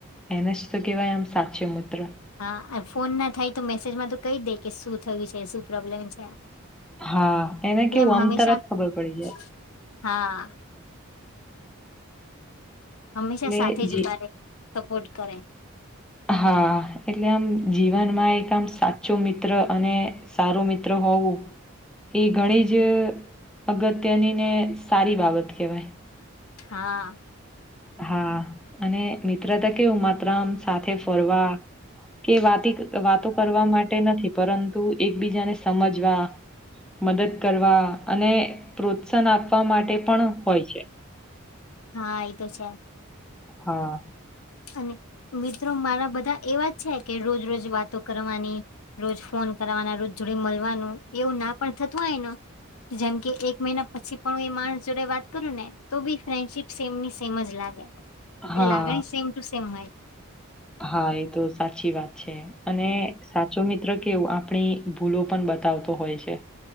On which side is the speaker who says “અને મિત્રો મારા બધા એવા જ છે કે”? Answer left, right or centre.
Left